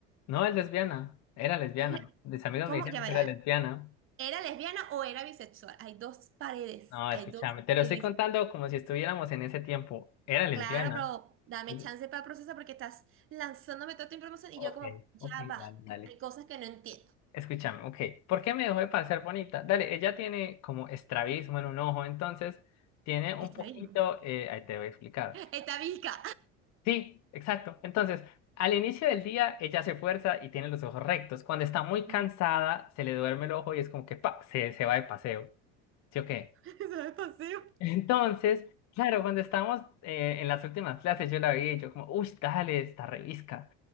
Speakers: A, on the left; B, on the right.
A: no es lesbiana. Era lesbiana.
B: ¿Eh?
A: Mis amigos
B: ¿Cómo?
A: me dijeron
B: Ya va,
A: que
B: ya
A: era
B: va.
A: lesbiana.
B: ¿Era lesbiana o era bisexual? Hay dos paredes,
A: No,
B: hay
A: escúchame,
B: dos
A: te lo
B: edificios.
A: estoy contando como si estuviéramos en ese tiempo. Era lesbiana.
B: Claro, pero dame
A: Oye,
B: chance para procesar porque estás lanzándome toda esta información y
A: Ok,
B: yo como, ya
A: ok,
B: va,
A: dale, dale.
B: hay cosas que no entiendo.
A: Escúchame, ok. ¿Por qué me dejó de parecer bonita? Dale, ella tiene como estrabismo en un ojo, entonces tiene un
B: Estrabismo.
A: poquito, eh, ahí te voy a explicar.
B: Estavisca.
A: Sí, exacto. Entonces, al inicio del día ella se fuerza y tiene los ojos rectos. Cuando está muy
B: Ajá.
A: cansada, se le duerme el ojo y es como que pa, se, se va de paseo. ¿Sí o qué?
B: <laughs> Eso es pasivo.
A: <laughs> Entonces, claro, cuando estábamos eh, en las últimas clases, yo la vi y yo como, uy, dale, esta revisca.